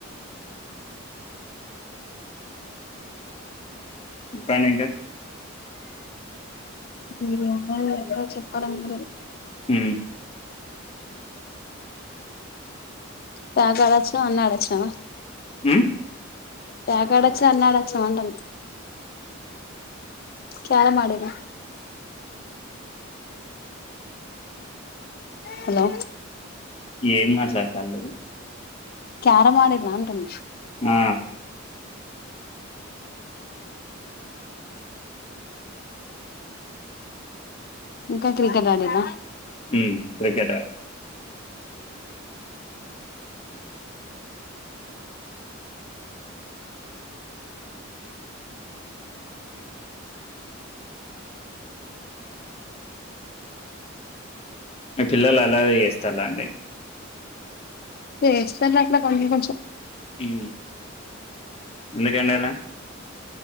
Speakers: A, on the left (about 30°); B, on the left (about 50°).
A: చెప్పండి ఇంకా
B: ఏమున్నాదిరా ఇంకా చెప్పడం లేదు
A: ఉ
B: పాక అడచ్చినవ్ అన్నే అడచ్చినవా
A: ఉ
B: పాకా ఆడచ్చ అన్నేడాచ్చినవ్ అంటన్న క్యారం ఆడి రా హలో
A: ఏం మాట్లాడతాళ్లు
B: క్యారం ఆడి రా అంటున్నా
A: ఆ
B: ఇంకా క్రికెట్ ఆడిండ్రా
A: హూ క్రికెట్ మీ పిల్లలు అల్లరి చేస్తాడా అండి
B: చేస్తారు అట్లా కొంచం కొంచెం
A: హు ఎందుకండలా